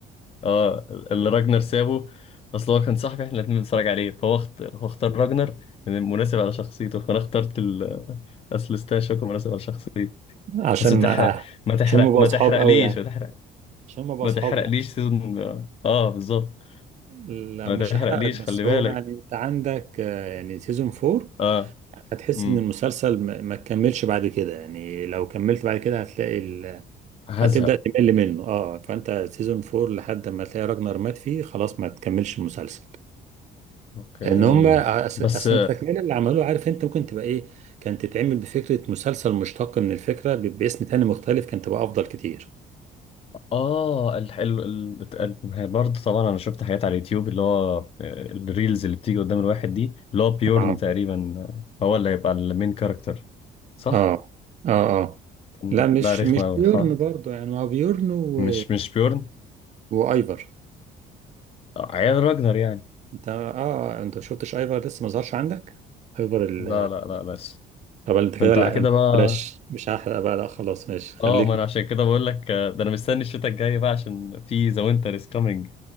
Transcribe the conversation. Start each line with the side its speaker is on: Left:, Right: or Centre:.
Left: اه اللي راجنر سابه اصل هو كان صاحبي احنا الاتنين بنتفرج عليه فهو اخت... هو اختار راجنر لأن مناسب على شخصيته فانا اخترت ال... اصل ستاشوك مناسب على شخصيته
Right: عشان
Left: بس ما تحرق ما تحرق
Right: عشان هم بقوا
Left: ما
Right: اصحاب
Left: تحرقليش
Right: قوي يعني
Left: ما تحرق
Right: عشان هم بقوا
Left: ما
Right: اصحاب
Left: تحرقليش
Right: يعني
Left: سيزون اه بالظبط
Right: لا
Left: ما
Right: مش
Left: تحرقليش
Right: هحرق لك بس
Left: خلي بالك
Right: هو يعني انت عندك آه، يعني سيزون 4
Left: اه
Right: هتحس
Left: امم
Right: ان المسلسل ما ما تكملش بعد كده يعني لو كملت بعد كده هتلاقي ال...
Left: هزهق
Right: هتبدأ تمل منه اه فانت سيزون 4 لحد ما تلاقي راجنر مات فيه خلاص ما تكملش المسلسل
Left: اوكي
Right: ان هم أص-
Left: بس
Right: اصل التكمله اللي عملوه عارف انت ممكن تبقى ايه كانت تتعمل بفكره مسلسل مشتق من الفكره ب- باسم تاني مختلف كانت تبقى افضل كتير
Left: اه الحلو ال- ال- هي برضه طبعا انا شفت حاجات على اليوتيوب اللي هو آه، الريلز اللي بتيجي قدام الواحد دي اللي هو بيورن
Right: اه
Left: تقريبا آه، هو اللي هيبقى المين كاركتر صح؟
Right: اه اه اه
Left: طب ما-
Right: لا مش
Left: لا رخمة
Right: مش
Left: أوي
Right: بيورن
Left: ها
Right: برضه يعني هو بيورن و...
Left: مش مش بيورن
Right: وايفر
Left: آه، عيال راجنر يعني
Right: انت اه انت ما شفتش ايفر لسه ما ظهرش عندك ايفر ال...
Left: لا لا لا بس
Right: طب انت كده
Left: كنت
Right: لا
Left: على كده بقى
Right: بلاش مش هحرق بقى لا خلاص ماشي خليك
Left: اه ما انا عشان كده بقول لك آه، ده انا مستني الشتاء الجاي بقى عشان في ذا وينتر از كامينج